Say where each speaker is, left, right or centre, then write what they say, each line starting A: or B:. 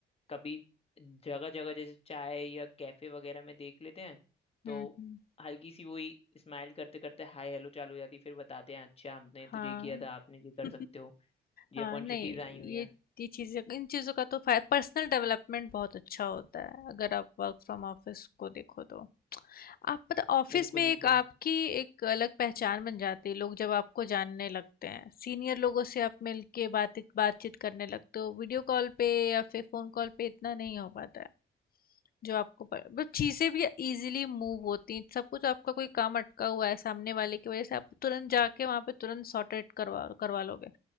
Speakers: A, on the left (about 30°); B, on the left (about 50°).
A: कभी जगह जगह जैसे चाय या कैफे वगैरह में देख लेते हैं तो
B: हम्म हम्म,
A: हल्की सी वही स्माइल करते करते हाय हेलो चालू हो जाती है, फिर बताते हैं अच्छा हमने
B: हाँ
A: तुझे किया था आपने
B: <laughs>
A: ये कर सकते हो ये
B: हाँ
A: अपॉर्चुनिटीज
B: नहीं
A: आई हुई हैं
B: ये ये चीज़ें इन चीज़ों का तो पर्सनल डेवलपमेंट बहुत अच्छा होता है अगर आप वर्क फ्रॉम ऑफिस को देखो तो आप पता ऑफिस
A: बिल्कुल
B: में एक
A: बिल्कुल
B: आपकी एक अलग पहचान बन जाती है लोग जब आपको जानने लगते हैं सीनियर लोगों से आप मिलके बातचीत बातचीत करने लगते हो वीडियो कॉल पे या फिर फोन कॉल पे इतना नहीं हो पाता है जो आपको पर बट चीज़ें भी इजीली मूव होती हैं सब कुछ आपका कोई काम अटका हुआ है सामने वाले की वजह से आप तुरंत जाके वहाँ पे तुरंत सॉर्ट आउट करवा करवा लोगे